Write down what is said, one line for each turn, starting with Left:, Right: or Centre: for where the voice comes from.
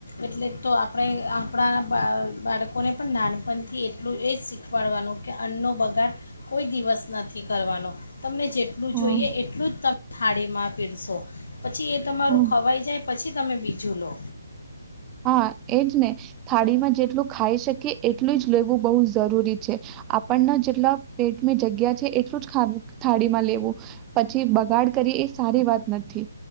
Left: એટલે તો આપણે આપણા બા બાળકોને પણ નાનપણથી એટલું એ જ શીખવાડવાનું કે અન્નનો બગાડ કોઈ દિવસ નથી કરવાનો. તમને જેટલું
Right: હમ્મ,
Left: જોઈએ એટલું જ ત થાળીમાં પીરશો. પછી એ તમારું
Right: હમ્મ.
Left: ખવાઈ જાય. પછી. તમે બીજું લો.
Right: હા એજ ને થાળીમાં જેટલું ખાઈ શકી. એટલું જ લેવું બહુ જરૂરી. આપણને જેટલા પેટની જગ્યા છે એટલું જ થાળીમાં લેવું પછી બગાડ કરી એ સારી વાત નથી